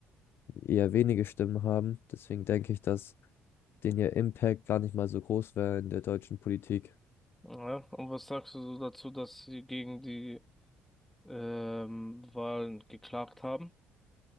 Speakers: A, on the left; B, in the centre.
A: eher wenige Stimmen haben. Deswegen denke ich, dass den ihr Impact gar nicht mal so groß wäre in der deutschen Politik.
B: Ja, und was sagst du so dazu, dass sie gegen die ähm, Wahlen geklagt haben?